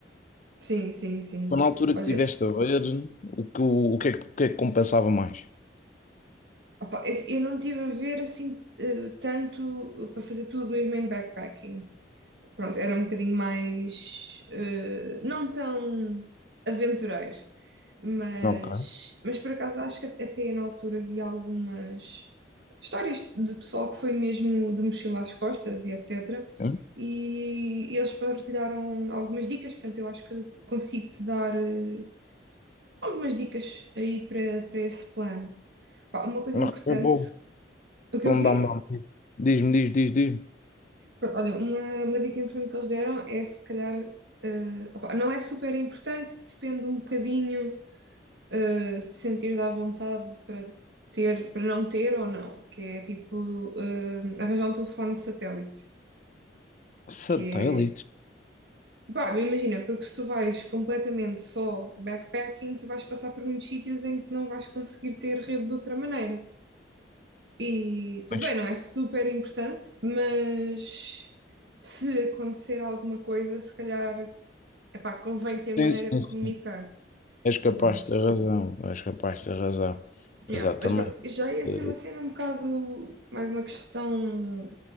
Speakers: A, on the right; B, on the left.
A: Sim, sim, sim.
B: Então, na altura
A: Olha,
B: que estiveste a ver, o que, o, que é que, o que é que compensava mais?
A: opá, eu eu não estive a ver assim eh, tanto eh, para fazer tudo mesmo em backpacking. pronto, era um bocadinho mais, eh, não tão aventureiro, mas,
B: Ok.
A: mas por acaso acho que até na altura vi algumas histórias de pessoal que foi mesmo de mochila às costas e etc.
B: Hum?
A: E eles partilharam algumas dicas, portanto, eu acho que consigo te dar eh, algumas dicas aí para, para esse plano. Pá, uma coisa
B: Não,
A: importante,
B: é bom.
A: o
B: Então
A: que o quê?
B: dá-me, dá-me. Diz-me, diz, diz, diz.
A: Pronto, Olha, uma, uma dica importante que eles deram é se calhar, eh, opá, não é super importante, depende um bocadinho, eh, se te sentires à vontade para ter, para não ter ou não, que é tipo, eh, arranjar um telefone de satélite,
B: Satélite?
A: que é, pá, imagina, porque se tu vais completamente só backpacking, tu vais passar por muitos sítios em que não vais conseguir ter rede de outra maneira. E tudo
B: Pois.
A: bem, não é super importante, mas se acontecer alguma coisa, se calhar Epá, convém ter maneira
B: Sim, sim,
A: de comunicar.
B: sim. És capaz
A: Pronto.
B: de ter razão. És capaz de ter razão.
A: Yeah,
B: Exatamente.
A: mas pronto, já é assim
B: Eh,
A: uma cena um bocado mais uma questão